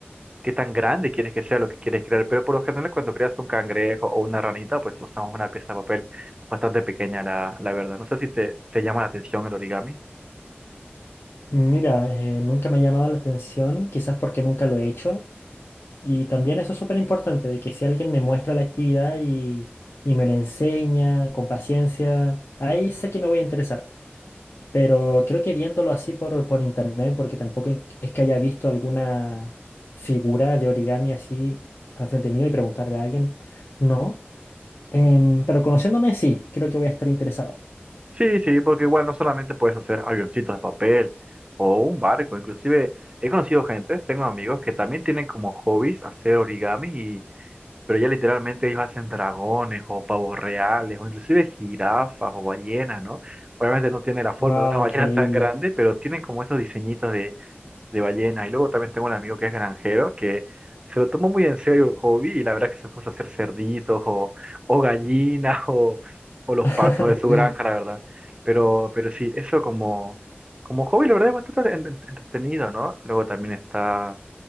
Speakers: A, on the right (about 25°); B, on the left (about 70°).
A: qué tan grande quieres que sea lo que quieres crear, pero por lo general cuando creas un cangrejo o una ranita, pues usamos una pieza de papel bastante pequeña, la, la verdad. No sé si te, te llama la atención el origami.
B: Mira, eh, nunca me ha llamado la atención, quizás porque nunca lo he hecho. Y también eso es súper importante, de que si alguien me muestra la actividad y, y me lo enseña con paciencia, ahí sé que me voy a interesar. Pero creo que viéndolo así por, por internet, porque tampoco en- es que haya visto alguna figura de origami así al frente mío y preguntarle a alguien, no. Em, pero conociéndome, sí, creo que voy a estar interesado.
A: Sí, sí, porque igual no solamente puedes hacer avioncitos de papel o un barco, inclusive he conocido gente, tengo amigos que también tienen como hobbies hacer origami y... Pero ya literalmente ellos hacen dragones o pavos reales o inclusive jirafas o ballenas, ¿no? Obviamente no tiene la forma
B: ¡Wow!
A: de una ballena
B: Increíble.
A: <laughs> tan grande, pero tienen como esos diseñitos de, de ballenas. Y luego también tengo un amigo que es granjero que se lo tomó muy en serio el hobby y la verdad es que se puso a hacer cerditos o, o gallinas <laughs> o, o los
B: <laughs>
A: patos de su granja, la verdad. Pero, pero sí, eso como, como hobby, la verdad es bastante en- en- entretenido, ¿no? Luego también está...